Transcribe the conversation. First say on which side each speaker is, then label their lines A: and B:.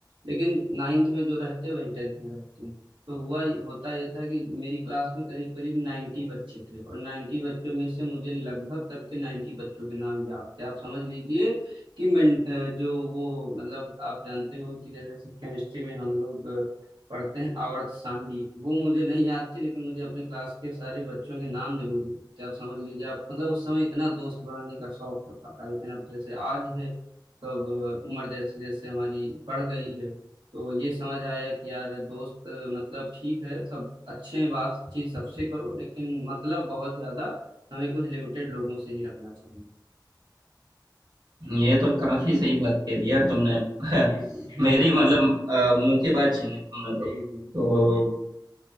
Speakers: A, on the right; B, on the right.
A: लेकिन नाइन्थ में जो रहते हैं वही टेंथ में रहते हैं तो हुआ होता यह था कि मेरी क्लास में करीब करीब 90 बच्चे थे और 90 बच्चों में से मुझे लगभग करके 90 बच्चों के नाम याद थे आप समझ लीजिए कि मैं अ, जो वो मतलब आप जानते हो कि जैसे केमिस्ट्री में हम लोग अ, पढ़ते हैं आवर्त सारणी वो मुझे नहीं याद थी लेकिन मुझे अपने क्लास के सारे बच्चों के नाम जरूर याद थे आप समझ लीजिए आप मतलब उस समय इतना दोस्त बनाने का शौक होता था लेकिन अब जैसे आज है तो अब अ, उम्र जैसे जैसे हमारी बढ़ गई है तो ये समझ आया कि यार दोस्त अ, मतलब ठीक है सब अच्छे हैं बातचीत सबसे करो लेकिन मतलब बहुत ज्यादा हमें कुछ लिमिटेड लोगों से ही रखना चाहिए
B: ये तो काफी सही बात कह ली यार तुमने <laughs>
A: जी जी
B: मेरी
A: <laughs>
B: मतलब अ, मुंह की बात छीन ली तुमने
A: जी
B: तो
A: जी
B: तो